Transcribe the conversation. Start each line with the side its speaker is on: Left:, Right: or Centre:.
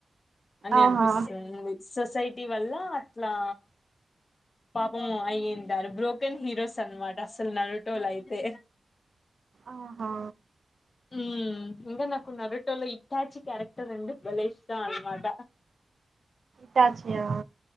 Left: అని
Right: ఆహా
Left: అనిపిస్తుంది సొసైటీ వల్లా అట్లా పాపం అయింటారు బ్రోకెన్ హీరోస్ అన్ మాట అసల్ నల్ టోల్ అయితే
Right: ఆహా
Left: ఉమ్ ఇంకా నాకు నరోటో లో ఇతాచి క్యారెక్టర్ అండి బలే ఇష్టం అన్ మాట
Right: ట్యాచ్ నియా